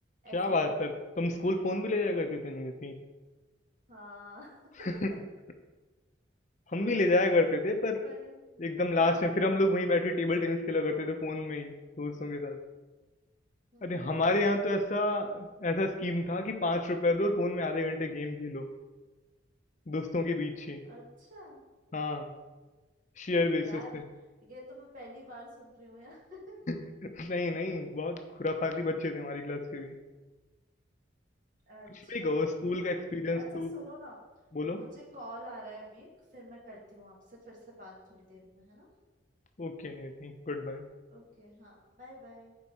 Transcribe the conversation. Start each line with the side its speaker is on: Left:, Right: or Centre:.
Left: क्या
Right: ऐसी
Left: बात
Right: थी वो
Left: है
Right: तो
Left: तुम स्कूल फोन भी ले जाया करती थी नहीं होती?
Right: हाँ <laughs>
Left: <laughs> हम भी ले जाया करते थे पर
Right: बड़े हम्म
Left: एकदम लास्ट में फिर हम लोग वहीं बैठे टेबल टेनिस खेला करते थे फोन में ही दोस्तों के साथ
Right: हम्म
Left: अरे हमारे
Right: हम्म
Left: यहाँ तो ऐसा ऐसा स्कीम था कि पाँच रुपए दो और फोन में आधे घंटे गेम खेलो दोस्तों के बीच ही
Right: अच्छा
Left: हाँ शेयर बेसिस
Right: यार
Left: पे
Right: ये तो मैं पहली बार सुन रही हूँ यार <laughs>
Left: <laughs> नहीं नहीं बहुत खुराफाती बच्चे थे हमारी क्लास के भी
Right: अच्छा
Left: कुछ भी कहो स्कूल
Right: वायर
Left: का एक्सपीरियंस
Right: बढ़िया अच्छा
Left: तो
Right: सुनो ना
Left: बोलो
Right: मुझे कॉल आ रहा है अभी फिर मैं करती हूँ आपसे फिर से बात थोड़ी देर में है ना
Left: ओके नहीं थी गुड बाय
Right: ओके हाँ बाय बाय